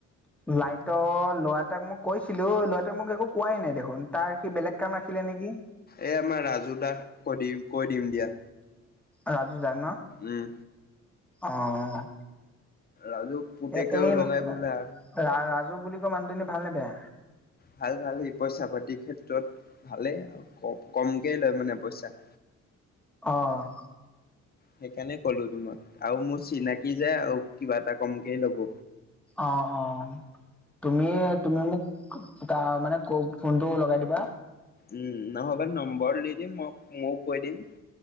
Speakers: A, in the centre; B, on the left.
A: লাইটৰ ল'ৰাটাক মই কৈছিলোঁ লৰাটোৱোক মোক একো কোৱাই নাই দেখোন তাৰ সি বেলেগ কাম ৰাখিলে নেকি।
B: এই আমাৰ ৰাজু তাক কৈ দিম, কৈ দিম দিয়া।
A: ৰাজু দা ন
B: উম
A: অ'।
B: ৰাজু পুতেকেও
A: এ, এই
B: লগাই বোলা
A: ৰাজু বুলি কয় মানুহজনী ভালনে, বেয়া?
B: ভাল, ভাল সি পইচা পাতিৰ ক্ষেত্ৰত ভালেই আৰু কমকে লয় মানে পইচা।
A: অ'।
B: সেইকাৰণে ক'লো তোমাক আৰু মোৰ চিনাকি যে আৰু কিবা এটা কমকেই ল'ব।
A: অ', অ', তুমি, তুমি মোক তাৰ মানে ক, ফোনটো লগাই দিবা।
B: উম, নহ'বা নম্বৰ দি দিম মই ময় কৈ দিম।